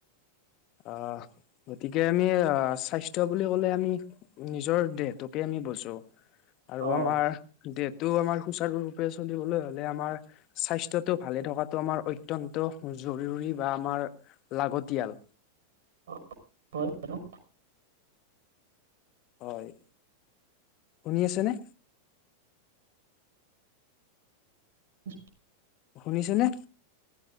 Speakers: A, on the left; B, on the right.
A: অ গতিকে, আমি অ স্বাস্থ্য বুলি ক'লে আমি নিজৰ দেহটোকে আমি বজো, আৰু
B: অ
A: আমাৰ দেহটো আমাৰ, সুচাৰুৰূপে চলিবলৈ হ'লে, আমাৰ স্বাস্থ্যটো ভালে থকাটো, আমাৰ অত্যন্ত জৰুৰী বা আমাৰ লাগতিয়াল।
B: <unintelligible>
A: হয়! শুনি আছেনে?
B: <unintelligible>
A: শুনিছেনে?